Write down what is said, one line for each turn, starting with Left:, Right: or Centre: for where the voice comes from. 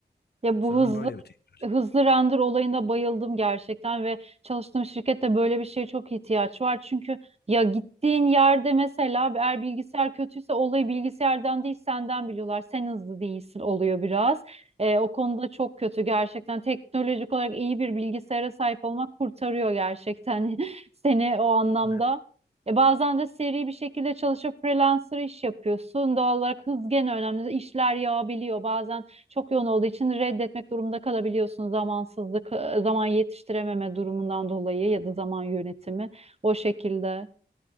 Right: Ya bu
Left: Sanırım
Right: hızlı
Left: böyle bir teknoloji.
Right: Hızlı render olayına bayıldım gerçekten ve çalıştığım şirkette böyle bir şeye çok ihtiyaç var. Çünkü ya gittiğin yerde mesela eğer bilgisayar kötüyse olayı bilgisayardan değil senden biliyorlar. Sen hızlı değilsin oluyor biraz. Ee, o konuda çok kötü gerçekten. Teknolojik olarak iyi bir bilgisayara sahip olmak kurtarıyor gerçekten <laughs> seni o anlamda.
Left: Evet.
Right: E bazen de seri bir şekilde çalışıp freelancer iş yapıyorsun. Doğal olarak hız gene önemli. İşler yağabiliyor. Bazen çok yoğun olduğu için reddetmek durumunda kalabiliyorsun zamansızlık, e, zaman yetiştirememe durumundan dolayı ya da zaman yönetimi o şekilde.